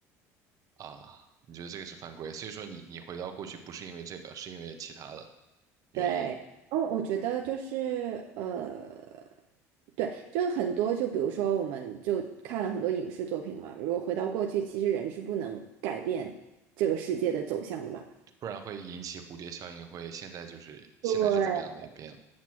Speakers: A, on the right; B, on the right.
A: 啊，你觉得这个是犯规，所以说你你回到过去不是因为这个，是因为其他的原因，
B: 对，哦，我觉得就是呃，对，就是很多，就比如说，我们就看了很多影视作品嘛。如果回到过去，其实人是不能改变这个世界的走向的嘛。
A: 不然会引起蝴蝶效应，会现在就是现在是怎么样的也变了
B: 对，